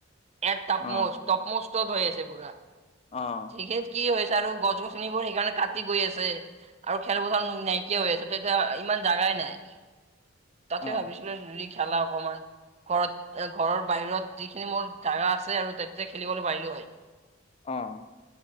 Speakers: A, on the right; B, on the left.
A: এট টাপমোষ্ট
B: অ
A: টপমোষ্টত হৈ আছে পুৰা।
B: অঁ,
A: টিকেত কি হৈছে আৰু গছ-গছনিবোৰ সেইকাৰণে কাটি গৈ আছে। আৰু খেলপথাৰ না- নাইকিয়া হৈ আছে, ত' এতিয়া ইমান জাগাই নাই। তাতে
B: অ
A: ভাবিছিলো যদি খেলা অকমান ঘৰত এ ঘৰৰ বাহিৰত যিখিনি মোৰ জাগা আছে আৰু তাত তেতিয়া খেলিবলৈ পাৰিলো হয়।
B: অঁ,